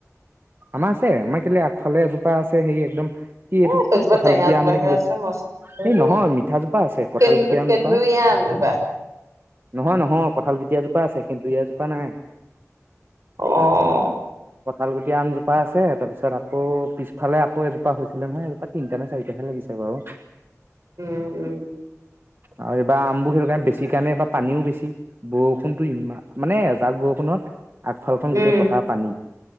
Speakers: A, on the right (about 45°); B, on the right (about 70°).
A: আমাৰ আছে। আমাৰ কেলে আগফালে এজোপা আছে। সেই একদম কি
B: এ,
A: এইটো
B: সেইজোপা
A: কি কঁঠাল
B: টেঙা
A: গুটি
B: জোপাহে
A: আম নেকিব
B: আছে
A: এই
B: মস্ত সেইটো
A: নহয় মিঠা জোপা আছে কঁঠাল
B: সেন্দুৰীয়া
A: গুটি আমজোপা
B: <inaudible>
A: নহয়-নহয় কঁঠাল গুটি এজোপা আছে দুই এজোপা নাই।
B: আহ,
A: কঁঠাল গুটি আম এজোপা আছে। তাৰপিছত আকৌ, পিছফালে আকৌ, এজোপা হৈছিলে নহয় এজোপা তিনিটা নে চাৰিটাহে লাগিছে বাৰু
B: উম-উম
A: আৰু এইবাৰ আমবোৰ সেইটো কাৰণে বেছি কাৰণে এইবাৰ পানীও বেছি বৰষুণতো ইমান মানে এজাক ব ষত <unintelligible> আগফালখন
B: উম,
A: গোটেই পথাৰ পানী